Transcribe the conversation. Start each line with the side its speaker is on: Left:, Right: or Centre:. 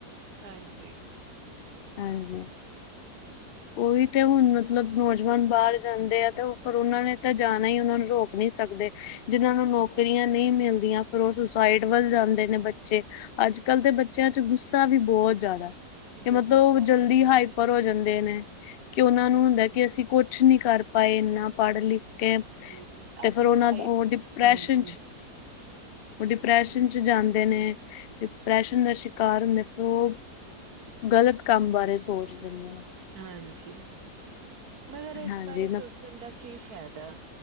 Right: ਹਾਂਜੀ।
Left: ਹਾਂਜੀ।
Right: <inaudible>
Left: ਓਹੀ ਤੇ ਹੁਨ ਮਤਲਬ ਨੌਜਵਾਨ ਬਾਰ ਜਾਂਦੇ ਐ, ਤੇ ਪਰ ਓਨਾਂ ਨੇ ਤਾਂ ਜਾਨਾ ਈ ਓਨਾਂ ਨੂੰ ਰੋਕ ਨੀ ਸਕਦੇ। ਜਿਨਾਂ ਨੂੰ ਨੌਕਰੀਆਂ ਨਈਂ ਮਿਲਦੀਆਂ, ਫਿਰ ਓ ਸੁਸਾਈਡ ਵੱਲ ਜਾਂਦੇ ਨੇ ਬੱਚੇ। ਅੱਜ-ਕੱਲ ਦੇ ਬੱਚੇਆਂ 'ਚ ਗੁੱਸਾ ਵੀ ਬੋਤ ਜਾਦੈ ਤੇ,
Right: ਬਹੁਤ
Left: ਮਤਲਬ
Right: ਜ਼ਿਆਦਾ
Left: ਓ ਜਲਦੀ
Right: ਗੁੱਸਾ
Left: ਹਾਈਪਰ ਹੋ ਜਾਂਦੇ ਨੇ। ਕਿ ਓਨਾਂ
Right: ਜੀ
Left: ਨੂੰ ਹੁੰਦਾ ਕਿ,
Right: ਜੀ ਜੀ
Left: ਅਸੀਂ ਕੁਛ ਨੀ ਕਰ ਪਾਏ ਏਨਾ ਪੜ-ਲਿਖ ਕੇ,
Right: ਹਾਂਜੀ
Left: ਤੇ
Right: ਆਪਣੀ
Left: ਫੇਰ ਓਨਾਂ
Right: ਲਾਈਫ
Left: ਦਾ ਓ ਡਿਪ੍ਰੈਸ਼ਨ
Right: ਹਾਂਜੀ
Left: 'ਚ ਓ ਡਿਪਰੈਸ਼ਨ 'ਚ ਜਾਂਦੇ ਨੇ, ਡਿਪਰੈਸ਼ਨ ਦਾ ਸ਼ਿਕਾਰ ਹੁੰਦੇ ਨੇ ਫੇਰ ਓ ਗਲਤ ਕੰਮ ਬਾਰੇ ਸੋਚ ਦੇਂਦੇ ਨੇ।
Right: ਹਾਂਜੀ। ਮਗਰ ਇਸ
Left: ਹਾਂਜੀ
Right: ਬਾਰੇ ਸੋਚਨ ਦਾ ਕੀ ਫੈਦਾ,